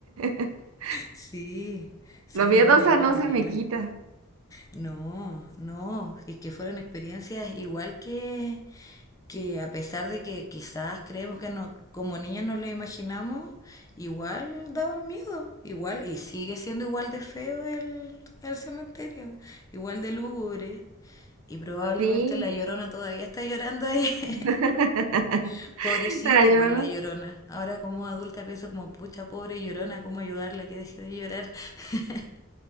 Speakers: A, on the right; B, on the left.
A: <laughs>
B: sí, sí,
A: Lo miedosa
B: no, yo también.
A: no se me quita.
B: No, no, es que fueron experiencias igual que, que a pesar de que quizás creemos que no, como niñas no lo imaginamos, igual daban miedo, igual, y sigue siendo igual de feo el, el cementerio, igual de lúgubre. Y probablemente
A: Sí.
B: la llorona todavía está llorando ahí. <laughs>
A: <laughs>
B: Pobrecita
A: Para yo,
B: igual
A: ¿no?
B: la llorona. Ahora como adulta pienso como, pucha, pobre llorona, ¿cómo ayudarla que deje de llorar? <laughs>